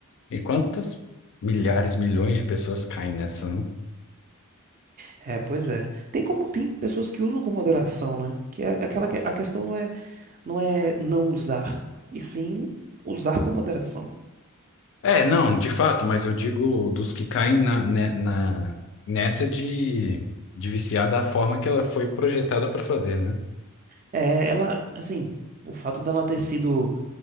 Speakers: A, on the left; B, on the right.
A: e quantas milhares, milhões de pessoas caem nessa, né?
B: É, pois é. Tem como, tem pessoas que usam com moderação, né? Que é aquela que a questão não é, não é não usar, e sim usar com moderação.
A: É, não, de fato, mas eu digo dos que caem na, ne- na- nessa de, de viciar da forma que ela foi projetada para fazer, né?
B: É, ela, assim, o fato dela ter sido